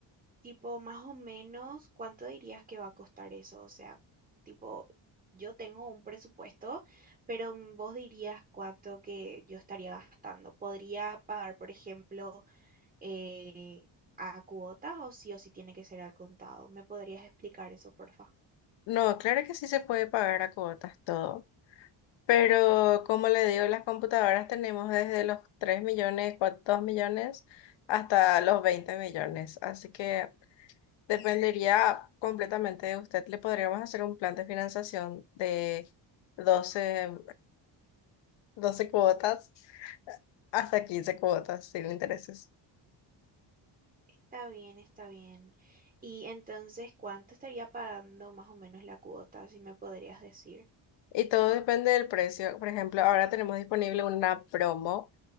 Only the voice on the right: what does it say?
Tipo, más o menos, ¿cuánto dirías que va a costar eso? O sea, tipo, yo tengo un presupuesto, pero mm, vos dirías cuánto que yo estaría gastando. ¿Podría pagar, por ejemplo, eh, a cuotas o sí o sí tiene que ser al contado? ¿Me podrías explicar eso, porfa?
Está bien, está bien. Y entonces, ¿cuánto estaría pagando más o menos la cuota, si me podrías decir?